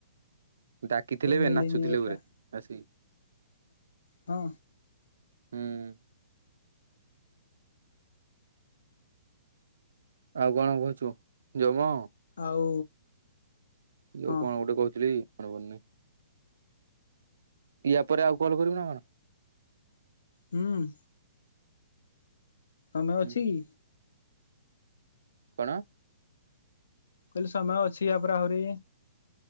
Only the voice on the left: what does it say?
ସବୁ
ମିଲିନିୟର
ହଁ
ଆଉ।
ହଁ
ହୁଁ। ସମୟ
ଅଛି କି?
କହିଲି ସମୟ ଅଛି ଏହାପରେ ଆହୁରି